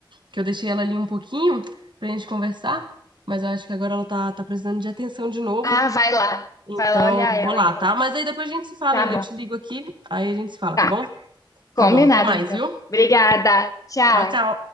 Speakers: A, on the right; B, on the left.
A: que eu deixei ela ali um pouquinho pra gente conversar, mas eu acho que agora ela tá, tá precisando de atenção de novo.
B: Ah, vai lá.
A: Então,
B: Vai lá olhar ela,
A: vou lá,
B: então.
A: tá? Mas aí depois a gente se fala,
B: Tá bom.
A: eu te ligo aqui, aí a gente se fala,
B: Tá.
A: tá bom?
B: Combinado,
A: Tá bom, até mais,
B: então.
A: viu?
B: Obrigada. Tchau.
A: Tchau, tchau.